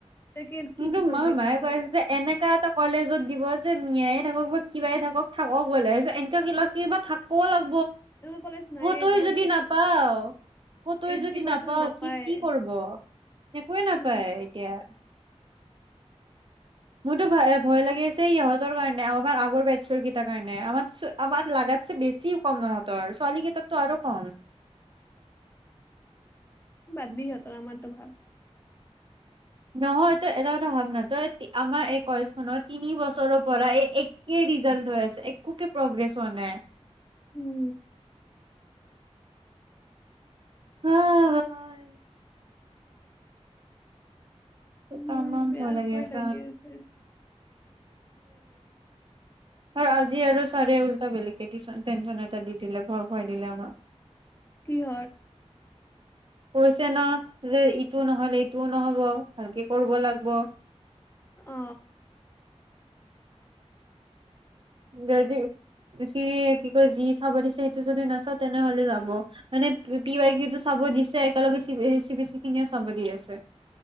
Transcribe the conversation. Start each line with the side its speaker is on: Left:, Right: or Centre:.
Left: তাকে কি
Right: কিন্তু
Left: কৰিবি
Right: মোৰ মায়ে
Left: তেনেহ'লে
Right: কৈ আছে যে এনেকা এটা কলেজত দিবা যে মিয়াই থাকক বা কিবাই থাকক থাকক বলে এনেকা কি ল কিব থাকো লগ
Left: এনেকুৱা কলেজ নায়ে
Right: কতই
Left: একো ক'ত
Right: যদি
Left: থাকিব
Right: নাপাওঁ কতই
Left: এইটটি
Right: যদি
Left: পাৰ্চেন্ট
Right: নাপাওঁ
Left: নাপায়ে
Right: কি কি কৰিব একোৱে নাপায়
Left: উম
Right: এতিয়া মোৰতো ভ ভয় লাগি আছে ইহঁতৰ কাৰণে আমাৰ আগৰ বেটছৰ কেইটাৰ কাৰণে আমাৰ আমাৰ লাগাতছে বেছি কম ইহঁতৰ ছোৱালী কেইটাতো আৰু কম
Left: বাদ দি সিহঁতৰ আমাৰ টো ভাব
Right: নহয় তই এটা কথা ভাৱ ন তই আমাৰ এই কলেজ খনৰ তিনি বছৰৰ পৰা এই একে ৰিজাল্ট হৈ আছে একে প্ৰগ্ৰেছ হোৱা নাই
Left: উম
Right: হয় ভাই তামাম
Left: মোৰ বেয়া
Right: ভাল লাগে
Left: ভয়
Right: আছ
Left: লাগি আছে
Right: আৰু আজি আৰু চাৰে ওল্টা বেলেকে টিন টেনচন এটা দি দিলে ভয় খুৱাই দিলে আমাক
Left: কিহ
Right: কৈছে ন যে ইটো নহলে ইটোও নহব ভালকে কৰিব লাগিব
Left: অ
Right: গতিকে সি কি কয় যি চাব দিছে সেইটো যদি নাচা তেনেহলে যাব মানে পি াই কিটো চাব দিছে একেলগে চি চি বি চি খিনিও চাব দি আছে